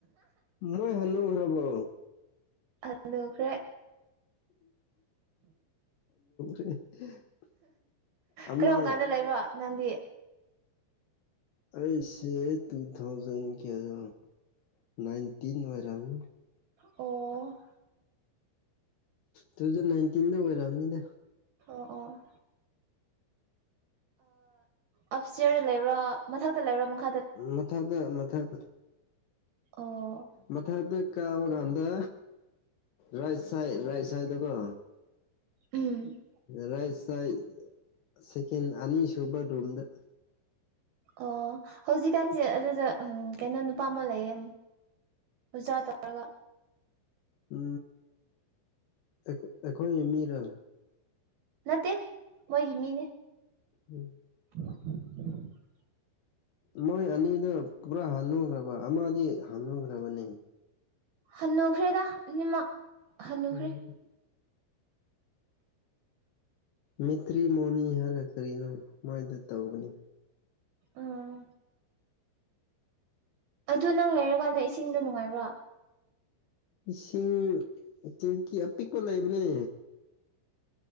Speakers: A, on the left; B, on the right.
A: ꯃꯣꯏ ꯍꯅꯨꯔꯕꯣ
B: ꯍꯅꯨꯈ꯭ꯔꯦ
A: <unintelligible> ꯑꯃ
B: ꯀꯔꯝ ꯀꯥꯟꯗ ꯂꯩꯕ꯭ꯔꯣ ꯅꯪꯗꯤ
A: ꯑꯩꯁꯦ ꯇꯨꯊꯥꯎꯖꯟ ꯀꯌꯥꯗꯅꫭ ꯅꯥꯏꯟꯇꯤꯟ ꯑꯣꯏꯔꯝꯅꯤ
B: ꯑꯣ
A: ꯇꯨ ꯊꯥꯎꯖꯟ ꯅꯥꯏꯟꯇꯤꯟꯗ ꯑꯣꯏꯔꯝꯅꯤꯗ
B: ꯑꯣ ꯑꯣ ꯑꯞ ꯏꯁꯇꯤꯌꯔꯗ ꯂꯩꯕꯔꯥ ꯃꯊꯛꯇ ꯂꯩꯕꯔꯥ ꯃꯈꯥ
A: ꯃꯊꯛꯗ ꯃꯊꯛ
B: ꯑꯣ
A: ꯃꯊꯛꯇ ꯀꯥꯕ ꯀꯥꯟꯗ ꯔꯥꯏꯠ ꯁꯥꯏꯠ ꯔꯥꯏꯠ ꯁꯥꯏꯗꯇꯀꯣ
B: ꯎꯝ
A: ꯔꯥꯏ ꯆꯥꯏꯠ ꯁꯦꯀꯦꯟ ꯑꯅꯤꯁꯨꯨꯕ ꯔꯨꯝꯗ
B: ꯑꯣ ꯍꯧꯖꯤꯛꯀꯥꯟꯁꯦ ꯑꯗꯨꯗ ꯎꯝ ꯀꯩꯅꯣ ꯅꯨꯄꯥ ꯑꯃ ꯂꯩꯌꯦ ꯑꯣꯖꯥ ꯇꯥꯔꯒ
A: ꯑꯝ ꯐꯩꯈꯣꯏ ꯑꯩꯈꯣꯏꯒꯤ ꯃꯤꯔ
B: ꯅꯠꯇꯦ ꯃꯣꯏꯒꯤ ꯃꯤꯅꯦ
A: ꯎꯝ
B: <inaudible>
A: ꯃꯣꯏ ꯑꯅꯤꯗꯨ ꯄꯨꯔꯥ ꯍꯥꯅꯨꯈ꯭ꯔꯕ ꯑꯃꯗꯤ ꯍꯥꯜꯅꯨꯈ꯭ꯔꯕꯅꯤ
B: ꯍꯅꯨꯈ꯭ꯔꯦꯗ ꯑꯅꯤꯃꯛ ꯍꯟꯅꯨꯈ꯭ꯔꯦ
A: ꯎꯝ ꯃꯤꯇ꯭ꯔꯤ ꯃꯣꯅꯤ ꯍꯥꯏꯔ ꯀꯔꯤꯅꯣ ꯃꯥꯏꯗ ꯇꯧꯒꯅꯤ
B: ꯎꯥ ꯑꯗꯨ ꯅꯪ ꯂꯩꯔꯀꯥꯟꯗ ꯏꯁꯤꯡꯗꯣ ꯅꯨꯡꯉꯥꯏꯕ꯭ꯔꯥ
A: ꯏꯁꯤꯡ ꯇꯦꯡꯀꯤ ꯑꯄꯤꯛꯄ ꯂꯩꯕꯅꯦ